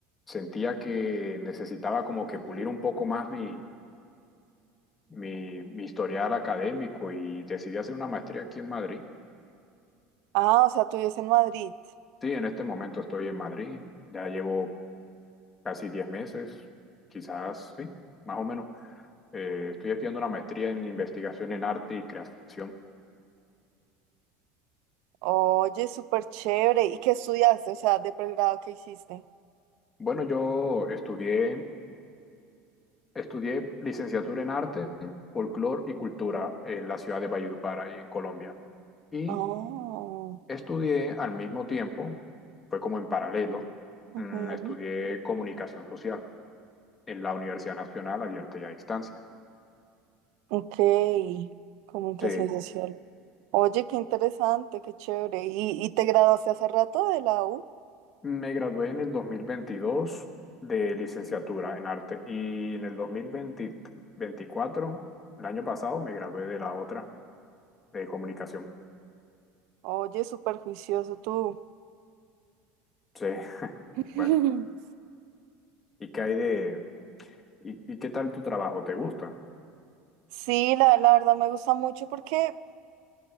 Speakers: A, on the left (about 20°); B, on the right (about 70°).
A: sentía que necesitaba como que pulir un poco más mi, mi, mi historial académico y decidí hacer una maestría aquí en Madrid.
B: Ah, o sea, tú vives en Madrid.
A: Sí, en este momento estoy en Madrid, ya llevo casi 10 meses, quizás, sí, más o menos. Eh, estoy estudiando una maestría en investigación en arte y creación.
B: Oye, súper chévere. ¿Y qué estudiaste? O sea, de pregrado, ¿qué hiciste?
A: Bueno, yo estudié, estudié licenciatura en arte, folclore y cultura en la ciudad de Valledupar, ahí en Colombia. Y
B: Oh,
A: estudié al mismo tiempo, fue como en paralelo,
B: ujú.
A: mm, estudié comunicación social en la Universidad Nacional Abierta y a Distancia.
B: Ok, comunicación
A: Sí,
B: social. Oye, qué interesante, qué chévere. ¿Y, y te graduaste hace rato de la U?
A: Me gradué en el 2022 de licenciatura en arte y en el dos mil veinticuatro, el año pasado, me gradué de la otra, de comunicación.
B: Oye, súper juicioso tú.
A: Sí, <laughs>
B: <laughs>
A: bueno. ¿Y qué hay de... ¿Y, y qué tal tu trabajo? ¿Te gusta?
B: Sí, la, la verdad me gusta mucho porque,